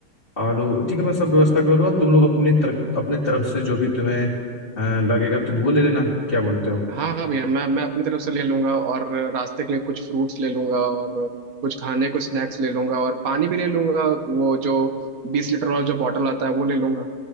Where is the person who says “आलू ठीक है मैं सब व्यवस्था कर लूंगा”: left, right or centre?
Left